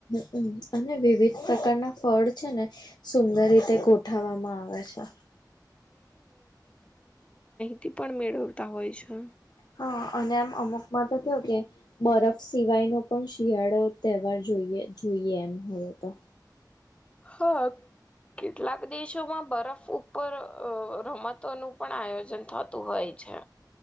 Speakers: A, on the left; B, on the left.
A: હમમ અને વિવિધ પ્રકારના ફળ છે ને સુંદર રીતે ગોઠવામાં આવે છે
B: થી પણ મેળવતા હોય છે
A: હા અને આમ અમુકમાં તો કેવ કે બરફ સિવાય ન પણ શિયાળો તહેવાર જો જોઈએ જોઈએ એમ હવે તો
B: હ કેટલાક ક દેશોમાં બરફ ઉપર રમતોનુંું પણ આયોજન થતું હોય છે